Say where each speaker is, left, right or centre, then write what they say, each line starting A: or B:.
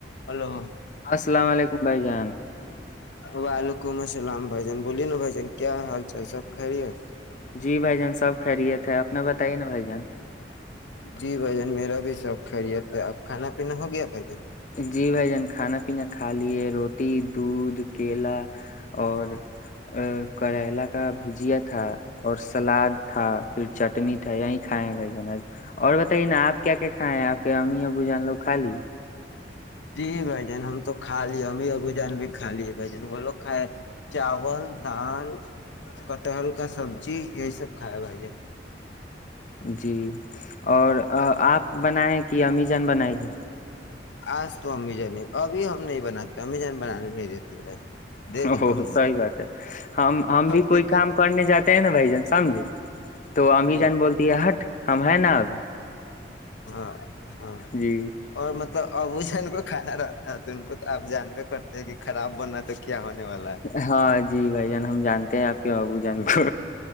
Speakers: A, on the left; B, on the left.
A: hello
B: السلام علیکم بھائی جان
A: ولکمسلام بھجن بولی نا بھجن کیا حال چال سب خھ رہی ہے
B: جی بھائی جان سب خیریت ہے اپ نے بتائی نا بھائی جان
A: جی بھ جان میرا بھی شوق خیریت تھا ہے اب کھانا پینا ہو گیا بھ جن
B: جی بھائی جان کھانا پینا کھا لیے روٹی رٹی دودھ کیلا اور ا کریلا کا بھجیا تھا اور سلاد تھا پھر چٹنی تھا یہی کھائے بھائی جان آج اور بتائیے نا آپ کیا کیا ہاں آپ ہمیں ابو جان لو خالی
A: جی بھ جن ہم تو کھا لیے ا ابو جان بھی کھا لیے بھ جن بولو کائے چاول دال کٹہل کا سبزی یہی سب کائے بھائی جن
B: جی اور آپ بنائے کہ امیزن بنائی گے
A: آج تو امیزان ہی ابھی ہم نہیں بناتے امیزان بنانے نہیں دیتی ہے بھائی دے
B: او
A: گی تب نا
B: سحی بات ہے ہم ہم بھی
A: اور
B: کوئی
A: دقت
B: کام
A: ہے
B: کرنے جاتے ہیں نا بھائی جان سمجھے تو امی
A: جی
B: جان بولتی ہے ہٹ ہم ہے نا ابھی
A: ہاں ہاں
B: جی
A: اور مطلب ابو ج ان کو کھانا رہتا ہے تو ان کو آپ جانبے کرتے ہیں کہ خراب بنا تو کیا ہونے والا ہے
B: ہاں جی بھائی جان ہم جانتے ہیں آپ کی ببو جان کو